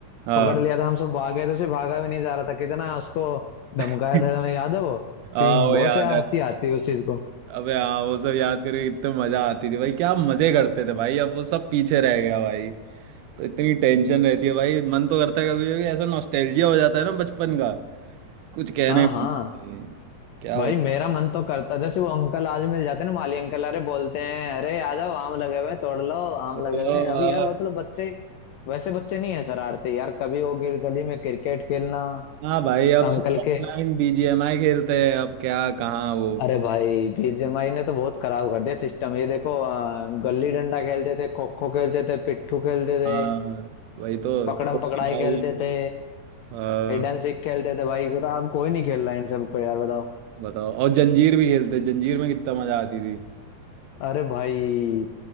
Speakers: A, on the right; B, on the left.
A: हाँ
B: पकड़ लिया था हम सब भाग गए तो उसे भागा भी नहीं जा रहा था कितना उसको धमकाया
A: <laughs>
B: था तुम्हें याद है वो
A: हाँ
B: सीन
A: वो
B: बहुत
A: याद
B: यार
A: है
B: हंसी आती है उस चीज को
A: अबे हाँ वो सब याद करके कितने मजा आती थी भाई क्या मजे करते थे भाई अब वो सब पीछे रह गया भाई तो इतनी टेंशन रहती है भाई मन तो करता है कभी कभी ऐसा नॉस्टैल्जिया हो जाता है ना बचपन का कुछ कहने
B: हाँ
A: को
B: हाँ
A: नहीं है। क्या
B: भाई
A: बताऊं
B: मेरा मन तो करता जैसे वो अंकल आज मिल जाते ना माली अंकल अरे बोलते हैं अरे आ जाओ आम लगे हुए हैं, तोड़ लो आम
A: चलो
B: लगे हुए हैं अभी
A: हाँ
B: यार मतलब बच्चे वैसे बच्चे नहीं है शरारते यार कभी वो गिर गली में क्रिकेट खेलना
A: हाँ भाई अब
B: अंकल
A: सब ऑनलाइन
B: के
A: बीजीएमआई खेलते हैं अब क्या कहाँ वो
B: अरे भाई बीजेएमआई ने तो बहुत खराब कर दिया सिस्टम ये देखो अ, गली डंडा खेलते थे खो खो खेलते थे पिट्ठू खेलते थे
A: हाँ वही तो
B: पकड़म
A: तो
B: पकड़ाई
A: भाई
B: खेलते थे
A: हाँ
B: हिडन सीख खेलते थे भाई बता अब कोई नहीं खेल रहा है इन सबको यार बताओ
A: बताओ और जंजीर भी खेलते जंजीर में कितना मजा आती थी
B: अरे भाई